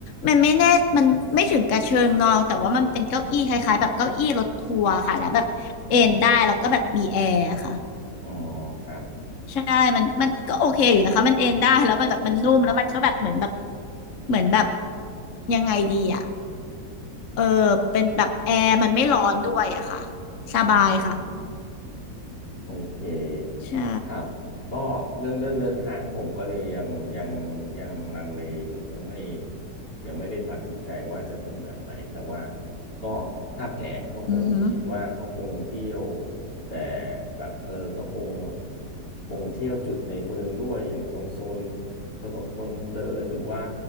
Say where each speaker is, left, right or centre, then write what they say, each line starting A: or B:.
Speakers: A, on the left; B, on the left.
A: มันไม่แน่มันไม่ถึงกระเชิงนอนแต่ว่ามันเป็นเก้าอี้คล้ายๆแบบเก้าอี้รถทัวร์ค่ะแล้วแบบเอนได้แล้วก็แบบมีแอร์ค่ะ
B: อ๋อ อ๋อครับ
A: ใช่มันมันก็โอเคอยู่นะคะมันเอนได้แล้วมันแบบมันนุ่มแล้วมันก็แบบเหมือนแบบเหมือนแบบยังไงดีอ่ะเออเป็นแบบแอร์มันไม่ร้อนด้วยอะค่ะสบายค่ะ
B: อืมอืมโอเค
A: ใช่
B: ครับก็เรื่องเรื่องเดินทางผมก็เลยยังยังยังลังเลอยู่ยังไม่ยังไม่ได้ตัดสินใจว่าจะเป็นแบบไหนแต่ว่าก็ถ้าแผนก็คงคิดว่าก็คงเที่ยว
A: อือหือ
B: แต่แบบเออก็คงคงเที่ยวจุดในเมืองด้วยอย่างตรงโซนถนนคนเดินหรือว่า